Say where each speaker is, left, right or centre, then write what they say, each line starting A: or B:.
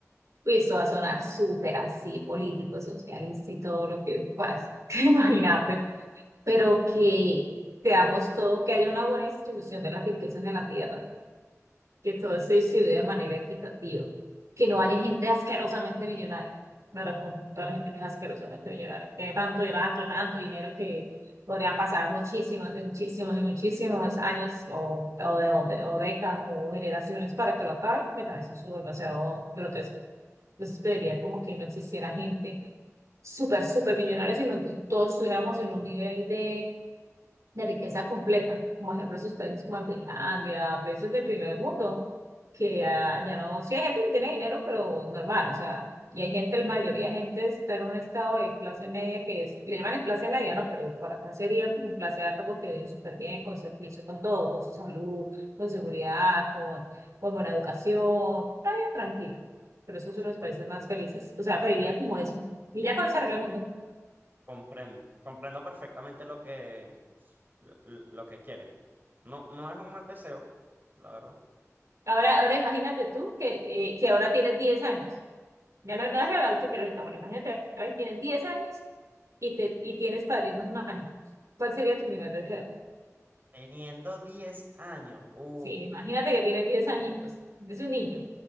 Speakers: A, on the right (about 70°); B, on the right (about 40°).
A: y esto va a sonar súper así, político, socialista y todo lo que puedas <laughs> imaginar pero que creamos todo, que haya una buena distribución de las riquezas en la tierra, que todo se distribuya de manera equitativa, que no haya gente asquerosamente millonaria. Me refiero toda la gente que es asquerosamente millonaria, que tiene tanto y tanto y tanto dinero que podrían pasar muchísimos y muchísimos y muchísimos años o, o, de- o de- o décadas o generaciones para que lo acabe, me parece eso demasiado grotesco. Entonces pediría como que no existiera gente súper, súper millonaria, sino que todos estuviéramos en un nivel de de riqueza completa, como ejemplo esos países como Finlandia, países del primer mundo, que ah, ya no, sí hay gente que tiene dinero, pero normal, o sea, y hay gente, la mayoría de gente está en un estado de clase media que es, le llaman clase media, no, pero por acá sería como clase alta porque viven súper bien, con servicio, con todo, con su salud, con seguridad, con, con buena educación, está bien tranquilo, pero esos
B: Por
A: son
B: supuesto.
A: los países más felices, o sea, pediría como eso, y ya con eso arregla el mundo.
B: Comprendo. Comprendo perfectamente lo que, lo, lo que quieres. No, no es un mal deseo, la verdad.
A: Ahora, ahora imagínate tú que, eh, que ahora tienes 10 años. Ya no, no es el adulto que era ahorita, bueno, imagínate, ahora que tienes 10 años y, te, y tienes padrinos mágicos. ¿Cuál sería tu primer deseo?
B: Teniendo 10 años, uh,
A: Sí, imagínate que tienes 10 añitos, es un niño.